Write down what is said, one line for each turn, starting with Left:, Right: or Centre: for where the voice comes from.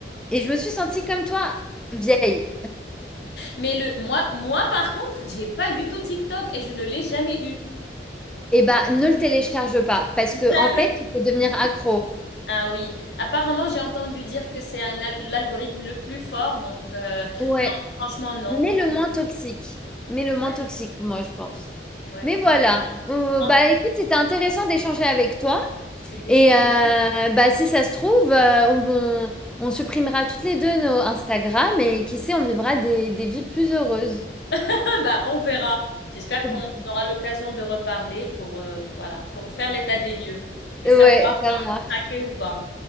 Centre: Et je me suis sentie comme toi, vieille.
Left: Mais le moi moi par contre, j'ai pas du tout TikTok et je ne l'ai jamais eu.
Centre: Eh bah, ne le télécharge pas, parce que
Left: Jamais.
Centre: en fait, tu peux devenir accro.
Left: Ah oui, apparemment j'ai entendu dire que c'est un al- l'algorithme le plus fort, donc euh,
Centre: Ouais.
Left: franchement non.
Centre: Mais le moins toxique. Mais le moins
Left: Ouais,
Centre: toxique, moi, je pense.
Left: ouais.
Centre: Mais
Left: Je
Centre: voilà. Euh,
Left: pense
Centre: bah
Left: que
Centre: écoute, c'était intéressant d'échanger avec toi.
Left: C'était
Centre: Et
Left: sûr.
Centre: euh, bah si ça se trouve, euh, on, on supprimera toutes les deux nos Instagram et qui sait, on vivra des, des vies plus heureuses.
Left: <laughs> Bah on verra. J'espère
Centre: <laughs>
Left: qu'on aura l'occasion de reparler pour euh, voilà pour faire l'état des lieux et
Centre: Ouais,
Left: savoir
Centre: ça
Left: si on
Centre: marche.
Left: a craqué ou pas.